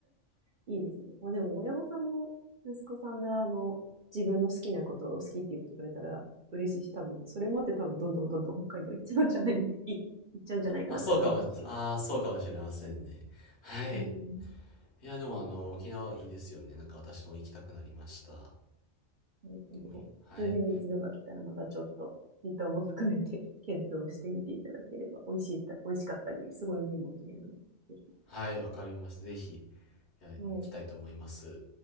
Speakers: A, on the right; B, on the left.
A: いいですね。まあでも親御さんも息子さんがあの、自分の好きなことを好きって言ってくれたら嬉しいし、多分、それもあって多分どんどんどんどん北海道行っちゃうんじゃない、い、行っちゃうんじゃないかなって思いましたけど。
B: あ、そうかも、ああ、そうかもしれませんね。はい。
A: うん。
B: いや、でもあの、沖縄いいですよね。なんか私も行きたくなりました。
A: なるほど。
B: もういはい。
A: 数年に一度が来たらまたちょっと時短も含めて検討してみていただければ、美味しいた、美味しかったり、すごい海も綺麗なので、ぜひ。
B: はい、わかります。ぜひ、いや、行きたいと思います。
A: はい。